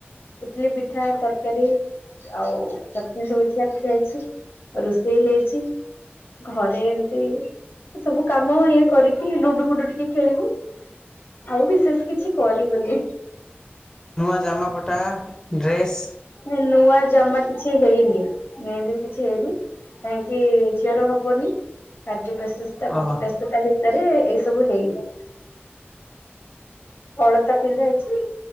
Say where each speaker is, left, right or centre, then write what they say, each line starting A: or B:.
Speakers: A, on the left; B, on the left.
A: ଇଟିଲି, ପିଠା, ତରକାରୀ। ଆଉ ଚଟଣିୀ ସବୁ ଥିଲା ଖିଆଇଛି ରୋଷେଇ ହେଇଛି। ଘରେ ଏମତି ସବୁ କାମ ଇଏ କରିକି ଲୁଡୁ ଫୁଡୁ ଟିକେ ଖେଳିବୁ ଆଉ ବିଶେଷ କିଛି କରିବୁନି।
B: ନୂଆ ଜାମା ପଟା ଡ୍ରେସ୍।
A: ହେ ନୂଆ ଜାମା କି କିଛି ହେଇନି ଏନ୍ତି ବି କିଛି ହେଇନି କାହିଁକି ଝିଅର ହବନି। କାର୍ଯ୍ୟ ବ୍ୟସସ୍ତା
B: ଓହୋ
A: ବ୍ୟସ୍ତତା ଭିତରେ ଏଇ ସବୁ ହେଇନି। ଅଳତା ପିନ୍ଧା ହେଇଚି।